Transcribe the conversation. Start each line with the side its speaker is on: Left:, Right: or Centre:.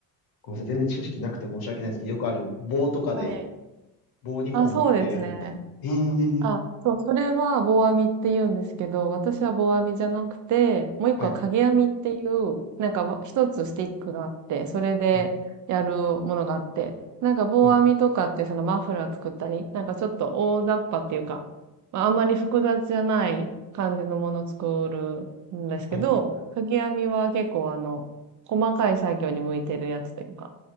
Left: ごめんなさい。全然知識なくて申し訳ないんですけど、よくある棒とかで
Right: はい。
Left: 棒2本持ってやるみたいな。
Right: あ、そうですね。
Left: ええ
Right: あ、そう、それは棒編みって言うんですけど、私は棒編みじゃなくて、もう一個は影編みっていう、
Left: はい。
Right: なんかわ一つスティックがあって、それでやるものがあって、
Left: はい。
Right: なんか棒編みとかってそのマフラー作ったり、
Left: あ、
Right: なんかちょっと大雑把っていうか、まあ、あんまり複雑じゃない感じのものを作るんですけど、
Left: はい。
Right: 影編みは結構あの、細かい作業に向いてるやつというか、